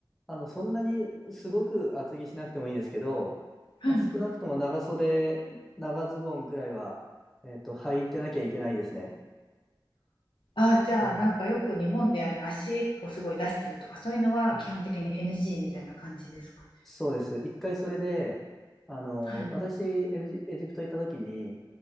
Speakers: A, in the centre; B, on the left.
A: あの、そんなにすごく厚着しなくてもいいですけど、
B: はい。
A: まあ、少なくとも長袖、長ズボンぐらいは、えっと、履いてなきゃいけないですね。
B: ああ、じゃあなんかよく日本でやる足をすごい出してるとか、
A: はい。
B: そういうのは基本的に
A: はい
B: NG みたいな感じですかね。
A: そうです。一回それで、あの、
B: はい。
A: 私、エジ、エジプト行った時に、